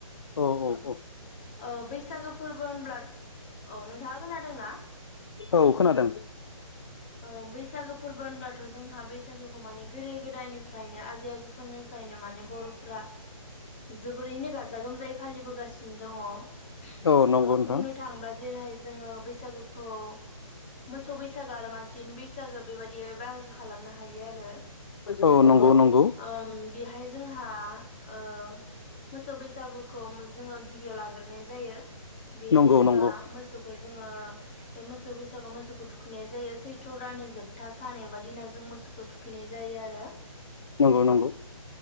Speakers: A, on the left (about 50°); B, on the left (about 20°).
A: औ औ औ।
B: ओ बैसागो फोर्बो होनब्ला औ नोंथाङा खोनादोंना?
A: औ खोनादों।
B: ओ बैसागो फोरबो होनब्लाथ' जोंहा बैसागोखौ माने गोदो-गोदायनिफ्रायनो आजै-आजैनिफ्राय फ्रायनो माने बर'फ्रा जोबोरैनो गाजा गोमजायै फालिबोगासिनो दङ
A: औ नंगौ नोंथां
B: बुंनो थाङोबा जेरैहाय जोङो बैसागुखौ मोसौ बैसागो आरो मानसिनि बै बैसागो बेबायदि बाहागो खालामनो हायो आ रो
A: औ नंगौ नंगौ
B: ओम बेहाय जोंहा ओ मोसौ बैसागुखौ जोङो गिबियाव लाग्रोनाय जायो बे
A: नंगौ
B: जोंहा
A: नंगौ
B: मोसौखौ जोङो बे मोसौ बैसागुआव मोसौखौ थुखैनाय जायो सै थ्र' दाननि जोबथा सान एबा दिनाव जों मोसौखौ थुखैनाय जायो आरो
A: नंगौ नंगौ